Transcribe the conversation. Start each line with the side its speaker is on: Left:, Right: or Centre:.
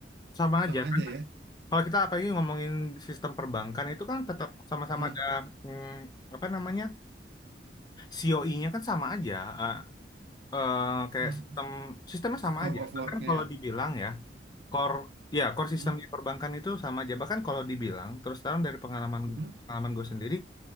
Left: sama
Right: sama
Left: aja.
Right: aja
Left: Karena
Right: ya
Left: kalau kita apalagi ngomongin sistem perbankan itu kan tetap sama-sama
Right: hmm.
Left: ada hmm, apa namanya COI-nya kan sama aja, eh, eh, kayak
Right: hmm.
Left: sistem sistemnya
Right: Scope
Left: sama aja.
Right: of work-nya
Left: Bahkan kalau dibilang ya core ya core sistemnya
Right: hmm.
Left: perbankan itu sama aja. Bahkan kalau dibilang terus terang dari pengalaman
Right: hmm.
Left: pengalaman gue sendiri,